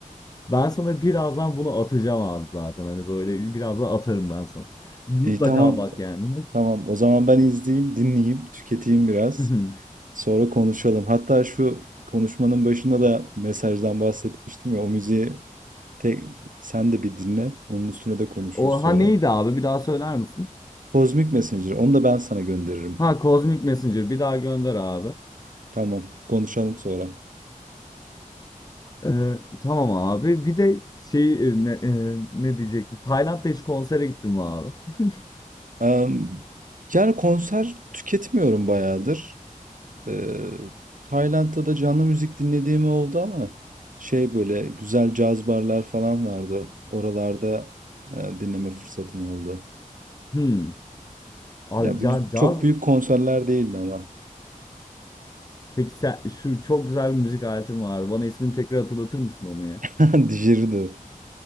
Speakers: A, on the left; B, on the right.
A: ben sana birazdan bunu atacağım abi zaten. Hani böyle birazdan atarım ben sana. Mutlaka
B: İyi tamam.
A: bak yani.
B: Tamam. O zaman ben izleyeyim, dinleyeyim, tüketeyim biraz.
A: <laughs>
B: Sonra konuşalım. Hatta şu konuşmanın başında da mesajdan bahsetmiştim ya. O müziği tek, sen de bir dinle. Onun üstüne de konuşuruz
A: O
B: sonra.
A: ha neydi abi? Bir daha söyler misin?
B: Kozmik Messenger. Onu da ben sana gönderirim.
A: Ha Cosmic Messenger bir daha gönder abi.
B: Tamam. Konuşalım sonra.
A: Ee, tamam abi. Bir de şey e, ne, e, ne diyecektim? Tayland'da hiç konsere gittim mi abi? <laughs>
B: Em, yani konser tüketmiyorum bayağıdır. Ee, Tayland'da da canlı müzik dinlediğim oldu ama şey böyle güzel caz barlar falan vardı. Oralarda e, dinleme fırsatım oldu.
A: Hmm. Abi
B: Ya
A: ca-
B: bu gü-
A: caz
B: çok büyük konserler değildi ama.
A: Peki sen şu çok güzel bir müzik aletin vardı. Bana ismini tekrar hatırlatır mısın onu ya?
B: <laughs> Dijeridi.